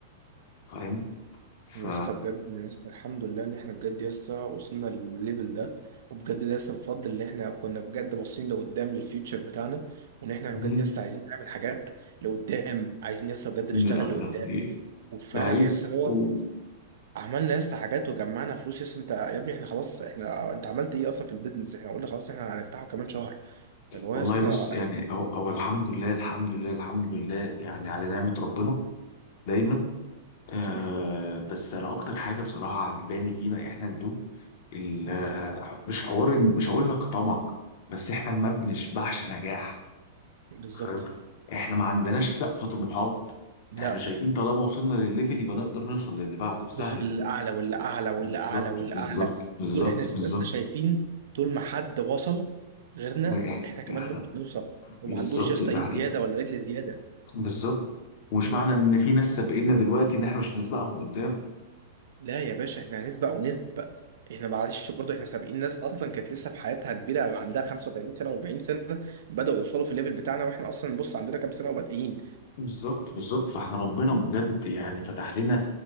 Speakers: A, on the left (about 55°); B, on the right (about 70°).
A: فاهم ف
B: يا اسطى بجد يا اسطى الحمد لله ان احنا بجد يا اسطى وصلنا للليفل ده وبجد ده يا اسطى بفضل ان احنا كنا بجد باصين لقدام للفيوتشر بتاعنا وان احنا
A: مم.
B: بجد يا اسطى عايزين نعمل حاجات لقدام عايزين يا اسطى بجد
A: لا
B: نشتغل لقدام
A: ده حقيقي
B: وفعلا
A: ده حقيقي
B: يا اسطى اللي هو
A: و-
B: عملنا يا اسطى حاجات وجمعنا فلوس يا اسطى انت يا ابني احنا خلاص احنا انت عملت ايه اصلا في البيزنس احنا قلنا خلاص احنا هنفتحه كمان شهر اللي هو
A: والله
B: يا اسطى
A: بص يعني
B: إحنا
A: هو هو الحمد لله الحمد لله الحمد لله يعني على نعمة ربنا دايما آه
B: كده كده
A: بس انا اكتر حاجة بصراحة عجباني فينا احنا الدو ال-
B: مم.
A: آه، مش حوار إن- مش هقول لك طمع بس احنا ما بنشبعش نجاح
B: بالظبط
A: فاهم احنا ما عندناش سقف طموحات
B: لا
A: احنا شايفين طالما وصلنا للليفل يبقى نقدر نوصل للي بعده سهلة
B: دوس الاعلى والاعلى والاعلى
A: بالظبط
B: والاعلى
A: بالظبط بالظبط
B: دول احنا لسه
A: بالظبط
B: شايفين طول ما حد وصل غيرنا
A: يعني،
B: احنا كمان
A: يعني
B: ممكن نوصل وما
A: بالظبط
B: عندوش يا اسطى
A: ده
B: ايد زياده ولا رجل زياده
A: بالظبط ومش معنى ان في ناس سابقنا دلوقتي ان احنا مش هنسبقهم قدام
B: لا يا باشا احنا هنسبق ونسبق احنا معلش برضه احنا سابقين ناس اصلا كانت لسه في حياتها كبيره عندها 35 سنه و40 سنه بداوا يوصلوا في الليفل بتاعنا واحنا اصلا بص عندنا كام سنه وبادئين
A: بالظبط بالظبط فاحنا ربنا بجد يعني فتح لنا